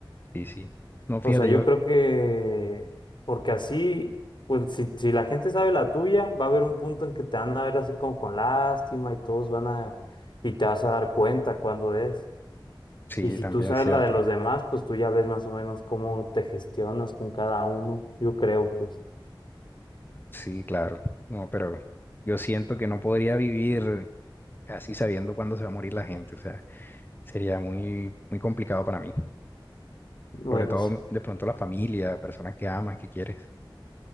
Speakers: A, on the left (about 25°); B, on the left (about 65°).
A: Sí, sí. No, fíjate,
B: O sea, yo
A: yo,
B: creo que porque así, pues si, si la gente sabe la tuya, va a haber un punto en que te van a ver así como con lástima y todos van a y te vas a dar cuenta cuándo es.
A: sí,
B: Y si
A: también
B: tú sabes
A: es cierto.
B: la de los demás, pues tú ya ves más o menos cómo te gestionas con cada uno. Yo creo, pues,
A: Sí, claro. No, pero yo siento que no podría vivir así sabiendo cuándo se va a morir la gente. O sea, sería muy, muy complicado para mí.
B: bueno,
A: Sobre todo
B: sí.
A: de pronto la familia, personas que amas, que quieres.